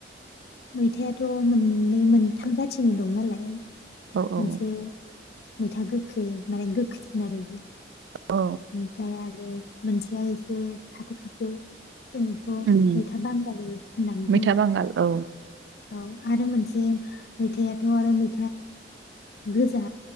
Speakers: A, on the left (about 55°); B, on the right (about 70°).
A: मैथायाथ' मोननै मोनथाम जाथिनि दं नालाय
B: औ औ
A: मोनसे मैथा गोखै माने गोखैसिन आरो बे
B: औ
A: ओमफ्राय आरो मोनसेया एसे खाथे खाथे जों बेखौ
B: उम
A: मैथा बांगालि होननानै
B: मैथा
A: बुङो
B: बांगाल औ
A: औ आरो मोनसे मैथायाथ' आरो मै गोजा